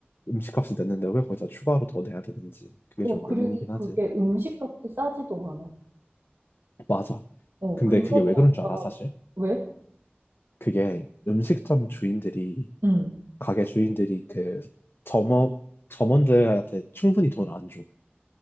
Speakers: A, on the left; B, on the right.
A: 음식값을 냈는데 왜 거기다 추가로 더 내야 되는지 그게
B: 어,
A: 좀
B: 그리고
A: 의문이긴 하지.
B: 그게 음식값도 싸지도 않아.
A: 맞아.
B: 어,
A: 근데
B: 근데
A: 그게
B: 거기다가,
A: 왜 그런 줄 알아 사실?
B: 왜?
A: 그게 음식점 주인들이
B: 응.
A: 가게 주인들이 그 점업 점원들한테 충분히 돈을 안 줘.